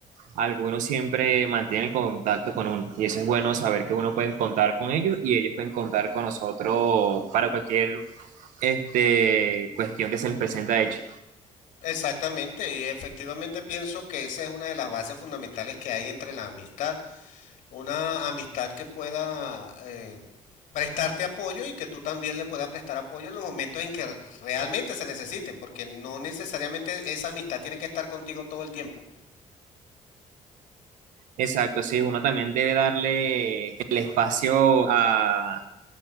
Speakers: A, on the right (about 85°); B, on the left (about 80°).
A: algunos siempre mantienen el contacto con uno. Y eso es bueno saber que uno puede contar con ellos y ellos pueden contar con nosotros para cualquier este, cuestión que se les presenta de hecho.
B: Exactamente, y efectivamente pienso que esa es una de las bases fundamentales que hay entre la amistad, una amistad que pueda eh, prestarte apoyo y que tú también le puedas prestar apoyo en los momentos en que realmente se necesiten, porque no necesariamente esa amistad tiene que estar contigo todo el tiempo.
A: Exacto, sí, uno también debe darle el espacio a,